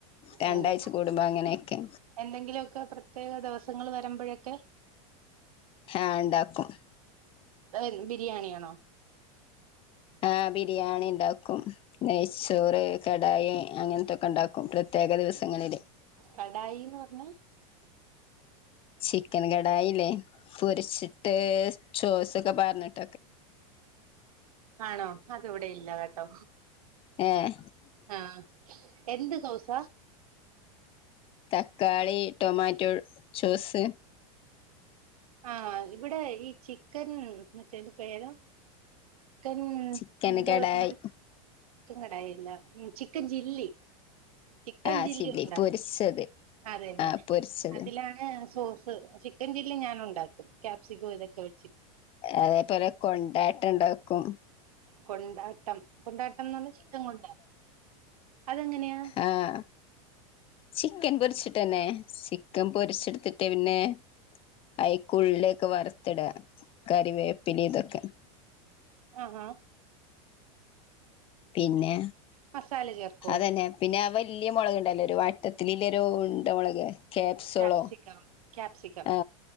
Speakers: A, on the left; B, on the right.
A: രണ്ടാഴ്ച
B: ഉണ്ട്
A: കൂടുമ്പോ അങ്ങനെയൊക്കെ.
B: എന്തെങ്കിലുമൊക്കെ പ്രത്യേക ദിവസങ്ങൾ വരുമ്പോഴൊക്കെ.
A: ആ ഉണ്ടാക്കും
B: എഗ്ഗ് ബിരിയാണിയാണോ?
A: ആഹ് ബിരിയാണി ഉണ്ടാക്കും നെയ്ച്ചോറ് കടായി അങ്ങനത്തൊക്കെ ഉണ്ടാക്കും പ്രത്യേക ദിവസങ്ങളിൽ
B: കടായിന്ന് പറഞ്ഞ
A: ചിക്കൻ കടായില്ലേ പൊരിച്ചിട്ട് ചോസൊക്കെ പകർന്നിട്ട്.
B: ആണോ അതവിടെ ഇല്ല കേട്ടോ.
A: ഏഹ്.
B: ആഹ് എന്ത് ദോസ
A: തക്കാളി ടൊമാറ്റോ ജ്യൂസ്
B: ആ ഇവിടെ ഈ ചിക്കൻ മറ്റേന്റെ പേര എന്ത്‌.
A: ചിക്കൻ കടായി
B: <unintelligible> ചിക്കൻ കടായില്ല ഉം ചിക്കൻ ചില്ലി. ചിക്കൻ
A: ആഹ്
B: ചില്ലി ഉണ്ടാക്കും
A: പൊരിച്ചത്
B: അതെല്ലെ
A: ആഹ് പൊരിച്ചത്
B: അതിലാണ് സോ ചിക്കൻ ചില്ലി ഞാൻ ഉണ്ടാക്കും ക്യാ പ്സിക്കോ ഇതൊക്കെ വെച്ച്.
A: അതേപോലെ കൊണ്ടാട്ടം ഉണ്ടാക്കും.
B: കൊണ്ടാട്ടം കൊണ്ടാട്ടം എന്ന് പറഞ്ഞ ചിക്കൻ കൊണ്ടാട്ടം അതെങ്ങനെയാ?
A: ആഹ് ചിക്കൻ പൊരിച്ചിട്ടന്നെ ചിക്കൻ പൊരിച്ചെടുത്തിട്ടേ പിന്നെ അയിക്കുള്ളി ഒക്കെ വറത്തിടുക കറിവേപ്പില ഇതൊക്കെ.
B: ആഹ് ആഹ്.
A: പിന്നെ?
B: മസാല ചേർക്കോ
A: അതന്നെ. പിന്നെ അവ വലിയ മുളക്ണ്ടല്ല? ഒരു വ ത്തത്തിലില്ലരു ഉണ്ട മുളക് കാപ്സൊളോ
B: ക്യാപ്സിക്കം ക്യാപ്സിക്കം
A: ആ